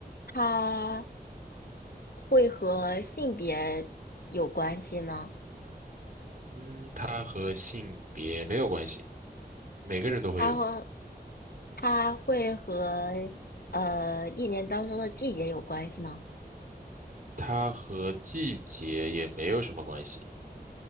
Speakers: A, on the left; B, on the right.
A: 它会和性别有关系吗？
B: 嗯，它和性别没有关系，每个人都会用。
A: 它和它会和呃一年当中的季节有关系吗？
B: 它和季节也没有什么关系。